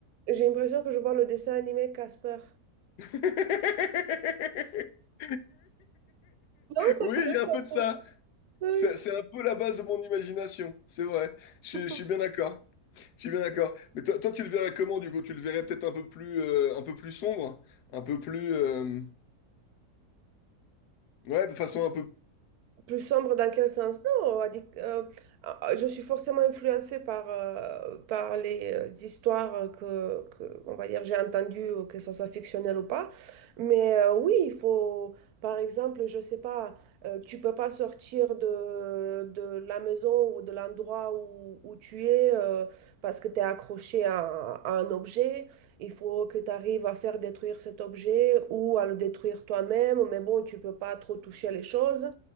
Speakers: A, on the right; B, on the left.
A: J'ai l'impression que je vois le dessin animé Casper.
B: <laughs>
A: Non, ça
B: Oui,
A: te-
B: il y a
A: ça
B: un peu de ça.
A: te- ouais.
B: C'est c'est un peu la base de mon imagination, c'est vrai. Je,
A: <laughs>
B: je suis bien d'accord. Je suis bien d'accord. Mais toi, toi, tu le verrais comment, du coup? Tu le verrais peut-être un peu plus, euh, un peu plus sombre, un peu plus, euh, ouais, de façon un peu.
A: Plus sombre dans quel sens? Non, on a dit que, euh, euh, je suis forcément influencée par, euh, par les euh, histoires que, que, on va dire, j'ai entendues, euh, que ce soit fictionnel ou pas. Mais euh, oui, il faut, par exemple, je sais pas, euh, tu peux pas sortir de, de la maison ou de l'endroit où, où tu es euh, parce que tu es accroché à, à un objet. Il faut que tu arrives à faire détruire cet objet ou à le détruire toi-même. Mais bon, tu peux pas trop toucher les choses